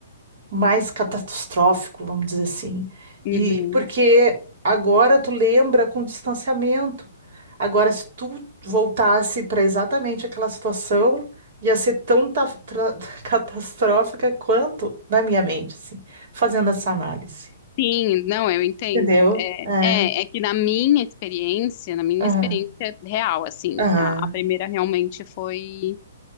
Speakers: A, on the right; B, on the left.
A: mais catastrófico, vamos dizer assim.
B: uhum.
A: E porque agora tu lembra com distanciamento. Agora, se tu voltasse para exatamente aquela situação, ia ser tão ta- tra- <laughs> catastrófica quanto na minha mente, assim, fazendo essa análise.
B: Sim, não, eu entendo.
A: Entendeu?
B: É,
A: É.
B: é, é que na minha experiência, na minha
A: Aham.
B: experiência real, assim,
A: Aham.
B: a, a primeira realmente foi,